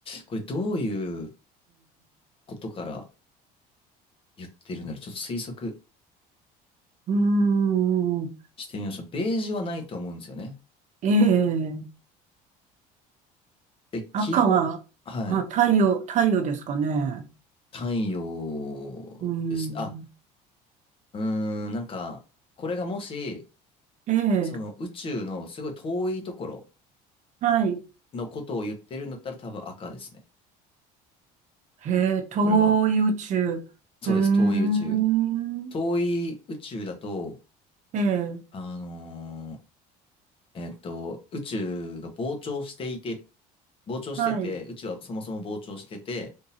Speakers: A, on the left; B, on the right.
A: これどういうことから言ってるんだろう。ちょっと推測
B: うーん。
A: してみましょう。ベージュはないと思うんですよね。
B: ええ。
A: で、
B: 赤は、
A: 基本、はい。
B: あ、太陽、太陽ですかね。
A: 太陽ですね。
B: うん。
A: あ、うーん、なんか、これがもし、
B: ええ。
A: その宇宙のすごい遠いところ
B: はい。
A: のことを言ってるんだったら多分赤ですね。
B: へえ、東遊宇宙。
A: これは。そうです。
B: うーん。
A: 遠い宇宙。遠い宇宙だと、
B: ええ。
A: あのーえっと、宇宙が膨張していて、膨張してて、
B: はい。
A: 宇宙はそもそも膨張してて、